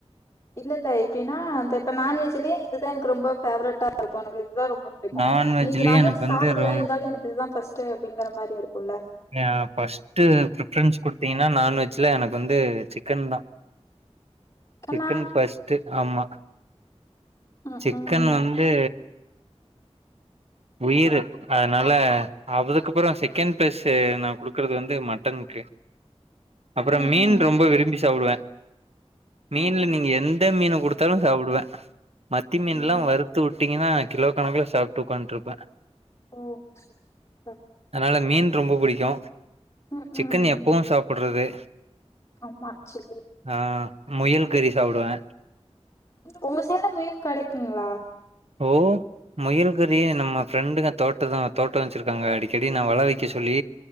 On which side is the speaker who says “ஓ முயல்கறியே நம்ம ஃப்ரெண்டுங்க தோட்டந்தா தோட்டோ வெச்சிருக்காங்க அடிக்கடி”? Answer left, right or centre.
Right